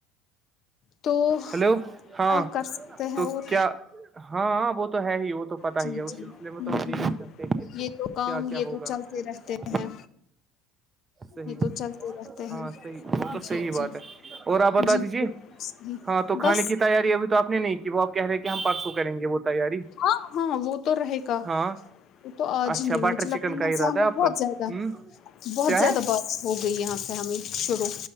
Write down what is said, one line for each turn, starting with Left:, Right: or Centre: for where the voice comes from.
Left: تو
Right: ہیلو
Left: کیا
Right: ہاں
Left: کر سکتے ہیں
Right: تو
Left: اور
Right: کیا ہاں وہ تو ہے ہی وہ تو پتا
Left: جی
Right: ہی ہے
Left: جی
Right: اس سلسلے میں
Left: ہوں
Right: تو ہم دیکھ
Left: ہوں
Right: نہیں سکتے کہ
Left: یہ تو کام
Right: کیا کیا
Left: یہ
Right: ہوگا
Left: تو چلتے رہتے
Right: جی
Left: ہیں
Right: صحیح
Left: یہ تو چلتے رہتے
Right: ہاں
Left: ہیں
Right: صحیح وہ
Left: جی
Right: تو صحیح بات
Left: جی
Right: ہے اور آپ بتا
Left: جی
Right: دیجے
Left: بالکل صحیح
Right: ہاں تو کھانے
Left: بس
Right: کی تیاری ابھی تو آپ نے نہیں کی وہ آپ کہہ رہے کہ ہم پرارسو کریں گے وہ تیاری
Left: ہاں ہاں وہ تو رہے گا
Right: ہاں
Left: وہ تو آج
Right: اچھا
Left: نہیں مجھے
Right: بٹر
Left: لگتا
Right: چکن
Left: یہاں
Right: کا ارادہ
Left: سے ہمیں
Right: ہے آپ
Left: بہت
Right: کا
Left: زیادہ
Right: ہ
Left: بہت
Right: کیا
Left: زیادہ
Right: ہے
Left: بات ہو گئی یہاں پہ ہمیں شرو